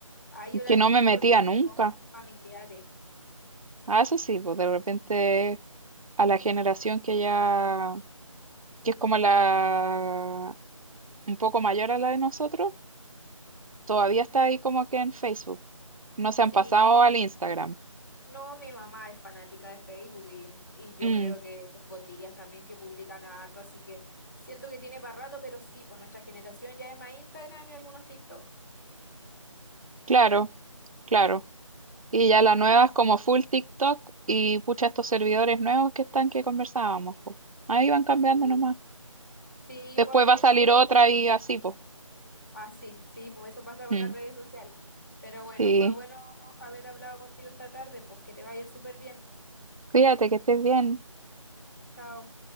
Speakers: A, on the left; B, on the right.
A: Ah, yo la
B: que no
A: tengo
B: me metía
A: porque
B: nunca.
A: tengo familiares.
B: Ah, eso sí, pues de repente a la generación que ya, que es como la un poco mayor a la de nosotros, todavía está ahí como que en Facebook. No se
A: Sí.
B: han pasado al Instagram.
A: No, mi mamá es fanática de Facebook y, y yo
B: Mm,
A: creo que tengo tías también que publican harto, así que siento que tiene para rato, pero sí, por nuestra generación ya es más Instagram y algunos TikTok.
B: claro, claro. Y ya la
A: Es verdad.
B: nueva es como full TikTok y pucha estos servidores nuevos que están que conversábamos, pues. Ahí van cambiando
A: Sí.
B: nomás.
A: Sí,
B: Después
A: pues hay de,
B: va a salir
A: hay de
B: otra
A: todo.
B: y así, pues.
A: Ah, sí, sí, pues eso pasa con
B: Mm,
A: las redes sociales. Pero bueno,
B: sí.
A: fue bueno haber hablado contigo esta tarde, pues que te vaya súper bien.
B: Cuídate, que estés bien.
A: Chao.